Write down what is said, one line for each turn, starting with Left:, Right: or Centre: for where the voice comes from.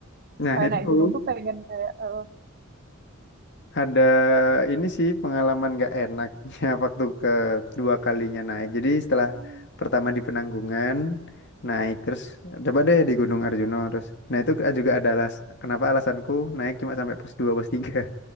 Left: nah
Right: sekali
Left: itu
Right: naik gunung tuh pengen kayak eh,
Left: ada ini sih pengalaman nggak enaknya <laughs> waktu kedua kalinya naik. Jadi setelah
Right: hmm,
Left: pertama di Penanggungan naik terus coba deh di Gunung Arjuna terus. Nah itu juga ada alas kenapa alasanku naik cuma sampai pos 2 pos tiga